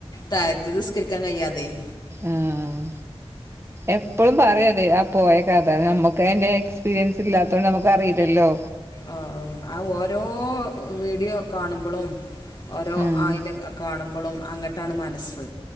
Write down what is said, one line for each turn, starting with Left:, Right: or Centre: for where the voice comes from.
Left: തജ്ജുത്ത് നിസ്കരിക്കാൻ കയ്യാതെയ്യായി
Right: ആഹ് എപ്പോഴും പറയാതെ ആ പോയക്കഥ നമ്മുക്ക് നമുക്ക് എൻ്റെ എക്്പീരിയൻസ് ഇല്ലാത്തുകൊണ്ട് നമുക്കറിയില്ലോ
Left: ആഹ് ഓ ഓരോ വീഡിയോ കാണുമ്പോഴും ഓരോ
Right: ആഹ്
Left: അയിറെ കാണുമ്പോഴും അങ്ങോട്ടാണ് മനസ്സ്